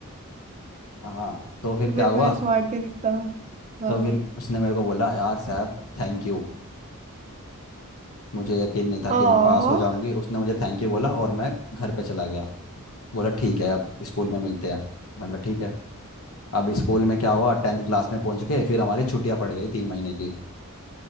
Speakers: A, on the left; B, on the right.
A: हाँ तो फिर
B: तो
A: क्या
B: बिल्कुल
A: हुआ
B: स्मार्ट नहीं दिखता हाँ
A: तो फिर उसने मेरे को बोला यार साहब थैंक यू मुझे यकीन नहीं था
B: ओ
A: कि मैं पास हो जाऊंगी उसने मुझे थैंक यू बोला और मैं घर पे चला गया बोला ठीक है अब स्कूल में मिलते हैं मतलब ठीक है अब स्कूल में क्या हुआ टेंथ क्लास में पहुंच के फिर हमारी छुट्टियां पड़ गई तीन महीने की